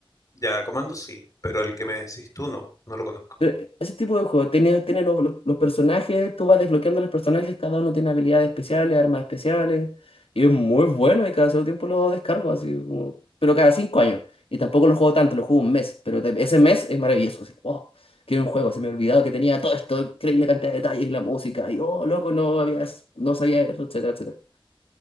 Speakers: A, on the left; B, on the left.
A: Ya, Comando sí, pero el que me decís tú no, no lo conozco.
B: Eh, Ese tipo de juego, tiene, tiene los, los- los personajes, tú vas desbloqueando los personajes, cada uno tiene habilidades especiales, armas especiales, y es muy bueno y cada cierto tiempo lo descargo, así como, pero cada cinco años. Y tampoco lo juego tanto, lo juego un mes, pero te- ese mes es maravilloso, así, wow, qué buen juego, se me ha olvidado que tenía todo esto, increíble cantidad de detalles, la música, y oh, loco, no había, no sabía eso, etcétera, etcétera.